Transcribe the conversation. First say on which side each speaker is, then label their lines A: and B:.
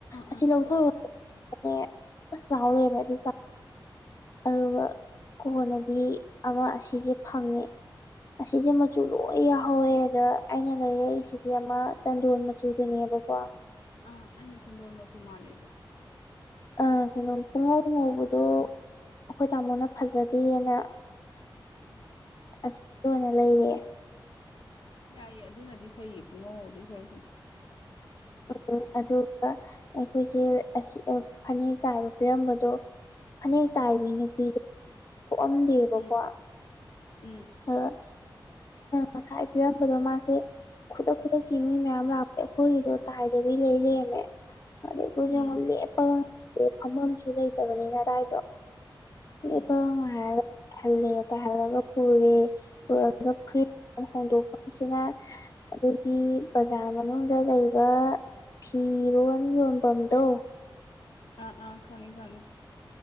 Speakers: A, on the left (about 40°); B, on the left (about 80°).
A: ꯑꯁꯤ
B: ꯑꯥ
A: ꯂꯧꯊꯧ <unintelligible> ꯆꯥꯎ ꯂꯩꯔꯝꯃꯦ ꯑꯗꯨ ꯆ ꯑꯗꯨꯒ ꯀꯣꯟꯅꯗꯤ ꯑꯃ ꯑꯁꯤꯖꯤ ꯐꯪꯉꯦ꯫ ꯑꯁꯤꯖꯦ ꯃꯆꯨ ꯂꯣꯏ ꯌꯥꯎꯍꯧꯋꯦ ꯑꯗ ꯑꯩꯅ ꯂꯩꯔꯛꯏꯁꯤꯗꯤ ꯑꯃ ꯆꯟꯗꯣꯟ ꯃꯆꯨ ꯗꯨꯅꯦꯕꯀꯣ꯫
B: ꯑ ꯑꯩꯅ ꯆꯟꯗꯣ ꯃꯆꯨ ꯃꯥꯟꯂꯦꯗꯨ ꯫
A: ꯑ ꯆꯟꯗꯣꯟ ꯄꯨꯡꯉꯧ ꯉꯧꯕꯗꯣ ꯑꯩꯈꯣꯏ ꯇꯥꯃꯣꯅ ꯐꯖꯗꯦꯅ
B: ꯎꯝ꯫
A: ꯑꯁꯤ ꯗꯣ ꯑꯣꯏꯅ ꯂꯩꯔꯛꯑꯦ꯫
B: ꯌꯥꯏꯌꯦ ꯑꯗꯨꯅꯗꯤ ꯐꯩꯌꯦ ꯄꯨꯡꯉꯧ ꯉꯧꯗꯣꯏ ꯁꯔꯨꯛꯄꯨꯗꯤ꯫
A: <unintelligible> ꯑꯗꯨꯒ ꯑꯩꯈꯣꯏꯁꯦꯔ ꯑꯁꯤ ꯐꯅꯦꯛ ꯇꯥꯏꯌꯣ ꯄꯤꯔꯝꯕꯗꯣ ꯐꯅꯦꯛ ꯇꯥꯏꯕꯤ
B: ꯎꯝ
A: ꯅꯨꯄꯤꯗꯣ ꯊꯣꯛꯑꯝꯗꯦꯕꯀꯣ꯫
B: ꯎꯝ ꯎꯝ
A: ꯑ <unintelligible> ꯉꯁꯥꯏ ꯄꯔꯝꯕꯗꯣ ꯃꯥꯁꯦ ꯈꯨꯗꯛ ꯈꯨꯗꯛꯀꯤ ꯃꯤ ꯃꯌꯥꯝ ꯂꯥꯞ ꯑꯦ ꯑꯩꯈꯣꯏꯒꯤꯗꯣ ꯇꯥꯏꯗꯕꯤ ꯂꯩꯂꯩꯔꯝꯃꯦ꯫ ꯑꯗꯩ ꯑꯩꯈꯣꯏꯖꯨ
B: ꯎꯝ
A: ꯑꯃꯨꯛ ꯂꯦꯞꯄꯒ <unintelligible> ꯐꯝꯐꯝꯁꯨ ꯂꯩꯇꯕꯅꯤꯅ ꯑꯗꯥꯥꯏꯗꯣ ꯂꯦꯞꯄꯒ
B: ꯎꯝ
A: ꯉꯏꯔꯒ ꯇꯍꯜꯂꯦ ꯇꯍꯜꯂꯒ ꯄꯨꯨꯔꯦ <unintelligible> ꯐꯨꯔꯤꯠ ꯍꯣꯡꯗꯣꯛꯐꯝꯁꯤꯅ ꯑꯗꯨꯒꯤ ꯕꯖꯥꯔ ꯃꯅꯨꯡꯗ ꯂꯩꯕ ꯐꯤꯔꯣꯟ ꯌꯣꯟꯕꯝꯗꯣ꯫
B: ꯑꯥ ꯑꯥ ꯈꯪꯉꯤ ꯈꯪꯉꯤ ꯫